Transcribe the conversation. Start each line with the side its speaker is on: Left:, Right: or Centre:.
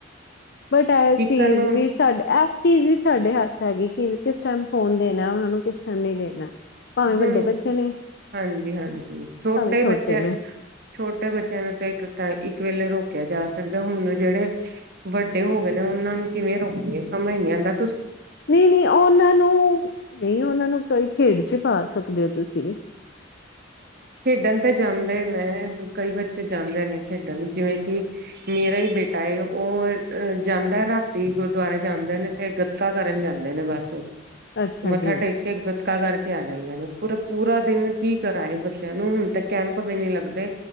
Left: ਬਟ ਇਹ
Right: ਚਿਕਨ
Left: ਚੀਜ਼
Right: ਨੂੰ
Left: ਵੀ ਸਾਡੇ ਇਹ ਚੀਜ਼ ਵੀ ਸਾਡੇ ਹੱਥ ਹੈਗੀ ਕਿ ਕਿਸ ਟਾਈਮ ਫੋਨ ਦੇਣਾ ਉਹਨਾਂ ਨੂੰ, ਕਿਸ ਟਾਈਮ ਨ ਦੇਣਾ? ਭਾਵੇਂ ਵੱਡੇ
Right: ਹੁ
Left: ਬੱਚੇ ਨੇ
Right: ਹਾਂਜੀ -ਹਾਂਜੀ, ਛੋਟੇ
Left: ਭਾਵੇਂ
Right: ਬੱਚਿਆਂ
Left: ਨੇ
Right: ਛੋਟੇ ਬੱਚਿਆਂ ਨੂੰ ਤਾਂ ਇੱਕ ਟ ਇੱਕ ਵੇਲੇ ਰੋਕ ਰੋਕਿਆ ਜਾ ਸਕਦਾ, ਹੁਣ ਜਿਹੜੇ ਵੱਡੇ ਹੋ ਗਏ ਨੇ ਉਹਨਾਂ ਨੂੰ ਕਿਵੇਂ ਰੋਕੀਏ, ਸਮਝ ਨਹੀਂ ਜਾਂਦਾ।
Left: ਨਹੀਂ- ਨਹੀਂ ਉਹਨਾਂ ਨੂੰ, ਨਹੀਂ ਉਹਨਾਂ ਨੂੰ ਕੋਈ ਖੇਡ ਚ ਪਾ ਸਕਦਾ। ਸਕਦੇ ਹੋ ਤੁਸੀਂ
Right: ਖੇਡਣ ਤੇ ਜਾਂਦੇ ਨੇ ਕਈ ਬੱਚੇ ਜਾਂਦੇ ਨੇ ਖੇਡਣ ਲਈ ਜਿਵੇਂ ਕਿ ਮੇਰਾ ਹੀ ਬੇਟਾ ਉਹ ਜਾਂਦਾ ਰਾਤੀ ਗੁਰਦੁਆਰੇ ਜਾਂਦੇ ਨੇ ਤੇ ਗੱਤਾ ਕਰਨ ਜਾਂਦੇ ਨੇ ਬਸ ਉਹ
Left: ਅੱਛਾ
Right: ਮੱਥਾ
Left: ਜੀ
Right: ਟੇਕ ਕੇ ਗੱਤਕਾ ਕਰਕੇ ਆ ਜਾਂਦੇ ਨੇ ਪੂਰਾ ਪੂਰਾ ਦਿਨ ਕੀ ਕਰਾਏ ਬ ਬੱਚਿਆਂ ਨੂੰ ਹੁਣ ਤ ਕੈਂਪ ਵੀ ਨੀ ਲੱਗਦੇ